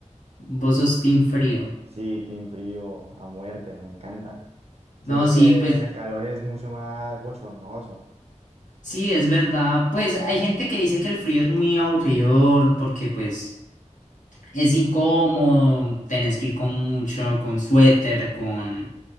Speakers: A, on the left; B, on the right.
A: Vos sos team frío.
B: Sí, team frío a muerte, me encanta. Siento
A: No, sí,
B: que
A: pues
B: en el calor es mucho más bochornoso.
A: sí, es verdad. Pues hay gente que dice que el frío es muy aburridor porque pues es incómodo, tenés que ir con mucho, con suéter, con,